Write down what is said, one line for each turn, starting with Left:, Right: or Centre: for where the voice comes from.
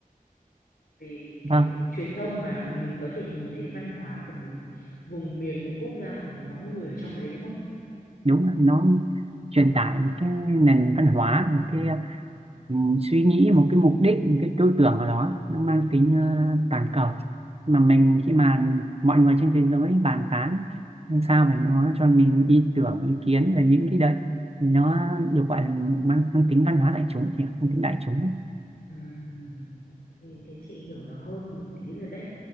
Left: về
Right: Vâng.
Left: kiểu truyền thông mà mình có thể nhìn thấy văn hóa của một vùng miền, một quốc gia hoặc một nhóm người ở trong đấy đúng không?
Right: đúng là nó truyền tải một cái nền văn hóa một cái ừ, suy nghĩ một cái mục đích một cái tư tưởng ở đó nó mang tính ờ, toàn cầu mà mình khi mà mọi người trên thế giới bàn tán làm sao phải nó cho mình ý tưởng ý kiến về những cái đấy thì nó được gọi là mang, mang tính văn hóa đại chúng thì mang tính đại chúng ấy.
Left: Ừm, thì, thì chị hiểu nó hơn một tí rồi đấy.